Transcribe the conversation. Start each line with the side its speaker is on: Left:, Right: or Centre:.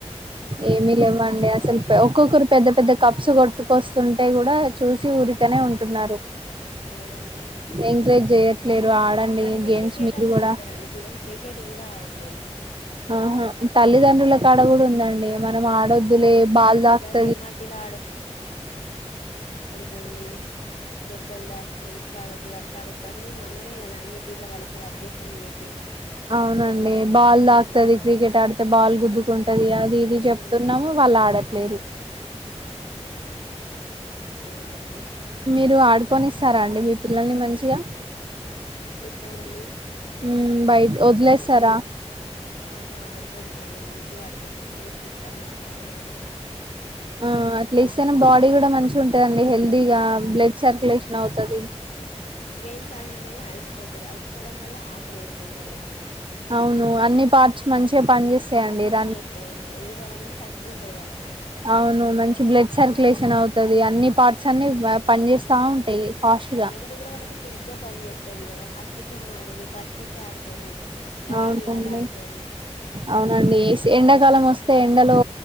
Right: ఏమిీ లేవండి అసలు ఒక్కొక్కరు పెద్ద పెద్ద కప్స్ కొట్టు బస్ ంటాయి కూడా చూసి ఊరి ఇనే ఉంటున్నారు
Left: అవునండి
Right: ఎంకరేజ్ చేయట్లేరు ఆడండి
Left: కనీసం
Right: గేమ్స్
Left: క్రికెట్
Right: మీరు
Left: అని
Right: కూడా
Left: ఆడతారంండి పిలల క్రికెట్ కూడా ఆడట్లేదు
Right: ఆహా తల్లిదండ్రుల కడ కూడా ఉందండి అే మనం ఆడొద్దులే బాల్ తాకుతుది
Left: గదే మట్టిలో సంది దబ్బల్ ద ఇట్లా ఆడద్దు అట్లాడొదు అన్ని మనమే కదా అన్ని తీరుల వాళ్ళకు అబ్జెక్షన్ పెట్
Right: అవునండి బాల్ దా ది క్రికెట్ ఆడితే బాల్ గుద్దుకుంటది అది ఇది చెప్తున్నాము
Left: ఉమ్
Right: వాళ్ళు ఆడట్లేరు
Left: అవునండి
Right: మీరు ఆడుకొని ఇస్తారా అండి మీ పిల్లల్ని మంచిగా
Left: తమండి
Right: ఉ బయ వదిలేస్తారా
Left: ఆహా ఆడుకుంటారుండి మంచిగా ఆడుకుంటారు స్వేచ్ఛ ఇస్తానండి ఆడుకునేదాం
Right: ఆ అట్లే బాడ కూడా మంచి ఉంటుందిండి హెల్త్ ముందిగా బ్లడ్ సర్క్యులేషన్ అవుతుది
Left: గేమ్స్ ఆడన మళ అల్స పోతారు అలిసిపోవడం వల్ల ఆకలి వస్తుంది వాళ్ళకి
Right: అవును అన్ని పార్ట్స్ మంచిగా పని చేస్తాయంండి
Left: పని
Right: రన్న
Left: చేస్తాయి అనేది ఎదుగుదల అనేది కరెక్ట్ ఉంటది వాళ్ళకి
Right: అవును మంచి బ్లడ్ సర్కు్యులేషన్ <unintelligible> అన్ని పార్ట్స్ అన్ని పని చేేస్త తా ఉంటాయి ఫాస్ట్ గా
Left: మెదడు కూడా వాళ్ళకు చురుగ్గా పనిచేస్తుంది కదా అ చెమ్మాడది పచ్చిస్ ఆడతారు డాడీ
Right: అవునండి
Left: ఆట ఆడతారు
Right: అవునండి ఎండాకాలం వస్తే ఎండలో